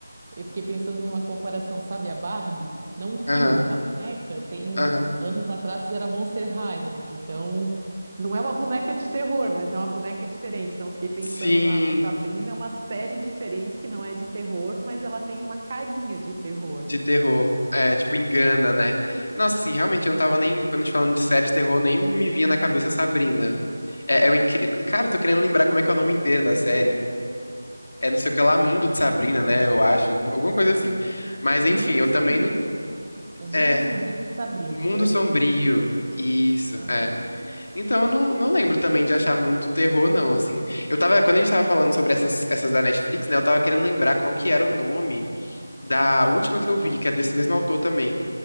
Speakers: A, on the right (about 20°); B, on the left (about 45°).
A: Eu fiquei pensando numa comparação, sabe? A Barbie, não o filme,
B: Aham,
A: a boneca tem.
B: aham.
A: an- Anos atrás era Monster High, né? Então, não é uma boneca de terror, mas é uma boneca diferente. Então, eu fiquei pensando
B: Sim.
A: na. A Sabrina é uma série diferente que não é de terror, mas ela tem uma carinha de terror.
B: De terror. É, tipo, engana, né? Nossa, assim, realmente eu não tava nem. Quando a gente falando de série de terror, nem me vinha na cabeça Sabrina. É, é um incrível. Cara, eu tô querendo lembrar como é que é o nome inteiro da série. É não sei o que lá, Mundo de Sabrina, né? Eu acho. Alguma coisa assim. Mas enfim,
A: O Mundo
B: eu
A: Sombrio.
B: também não.
A: O Mundo
B: É.
A: Sombrio de Sabrina,
B: O Mundo
A: agora
B: Sombrio.
A: que eu vi.
B: Isso,
A: Aham,
B: é. Então eu não, não lembro também de achar muito terror, não, assim. Eu tava. Quando a gente tava falando sobre essas, essas da Netflix, né? Eu tava querendo lembrar qual que era o nome. Da última que eu vi, que é desse mesmo autor também.